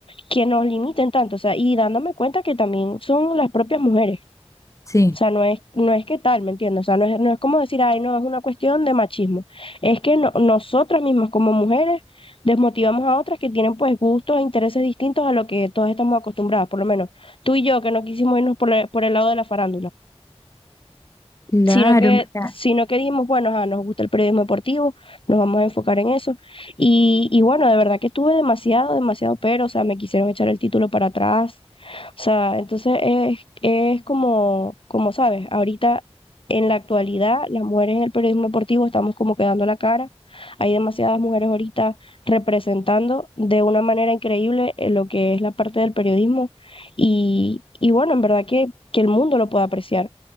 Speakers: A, on the left; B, on the left.
A: que nos limiten tanto, o sea, y dándome cuenta que también son las propias mujeres.
B: Sí,
A: O sea, no es, no es que tal, ¿me entiendes? O sea, no es, no es como decir, ay, no, es una cuestión de machismo. Es que no- nosotras mismas como mujeres desmotivamos a otras que tienen pues gustos e intereses distintos a lo que todas estamos acostumbradas, por lo menos tú y yo que no quisimos irnos por, la- por el lado de la farándula
B: claro,
A: sino que,
B: mira,
A: sino que dijimos, bueno, ajá, nos gusta el periodismo deportivo, nos vamos a enfocar en eso. Y, y bueno, de verdad que estuve demasiado, demasiado, pero, o sea, me quisieron echar el título para atrás. O sea, entonces es, es como, como sabes, ahorita en la actualidad las mujeres en el periodismo deportivo estamos como quedando la cara. Hay demasiadas mujeres ahorita representando de una manera increíble eh, lo que es la parte del periodismo y, y bueno, en verdad que, que el mundo lo puede apreciar.